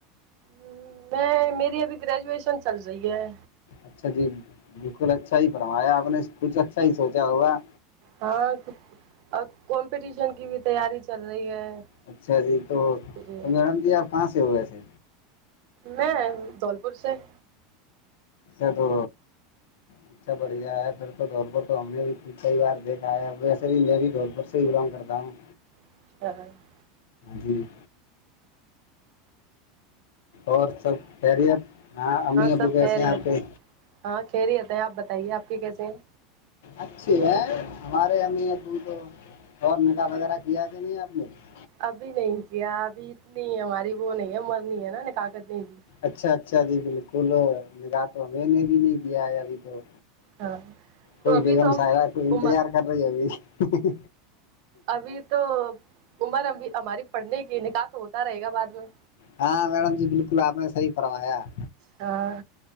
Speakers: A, on the right; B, on the left.
A: ہ میں میری ابھی گریجویشن چل رہی ہے
B: اچھا جی بالکل اچھا ہی فرمایا آپ نے کچھ اچھا ہی سوچا ہوگا-
A: ہاں اور کمپٹیشن کی بھی تیاری چل رہی ہے-
B: اچھا جی تو
A: جی
B: تو میڈم جی آپ کہاں سے ہو گیسے
A: میں دولپور سے-
B: ا س تو اچھا بڑھیا ہے پھر- دھولپور تو ہم نے بھی کئی بار دیکھا ہے ویسے ہی میں بھی دھولپور سے ہی بلانگ کرتا ہوں-
A: <unintelligible>
B: جی- اور سب خیریت ہاں امی ابو
A: سب
B: کیسے
A: خیریت
B: ہیں آپ کے?
A: ہاں کھی رہ ہی ہوتے ہیں آپ بتائیے آپ کے کیسے ہیں?
B: اچھے ہیں ہمارے ہمیں ت تو اور نکاح وغیرہ کیا کہ نہیں آپ نے-
A: ابھی نہیں کیا ابھی اتنی ہماری وہ نہیں ہے مرنی ہے نا کاقت نہیں بھی-
B: اچھا-اچھا جی بالکل نگاہ تو ہمیں نے بھی نہیں دیا ہے ابھی تو-
A: ہاں تو
B: کوئی
A: ابھی
B: بیگم
A: تو ہم
B: سار کوئی انتظار
A: عمر
B: کر رہی ہے ابھی-
A: ابھی تو عمر ابھی ہماری پڑھنے کی نکاح تو ہوتا رہے گا بعد میں-
B: ہاں میڈم جی بالکل آپ نے صحی فرمایا-
A: ہاں